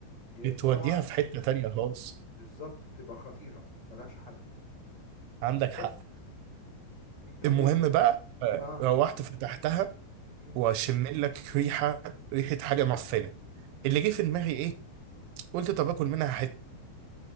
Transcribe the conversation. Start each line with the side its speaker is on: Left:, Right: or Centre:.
Left: هي بصراحة
Right: توديها في حتة تانية خالص
Left: بالظبط بتبقى خطيرة ملهاش حل
Right: عندك حق
Left: بس انت
Right: المهم
Left: ال
Right: بقى آه،
Left: اه
Right: روحت فتحتها
Left: مم.
Right: واشم لك ريحة ريحة حاجة معفنة اللي جه في دماغي ايه قلت طب اكل منها حتة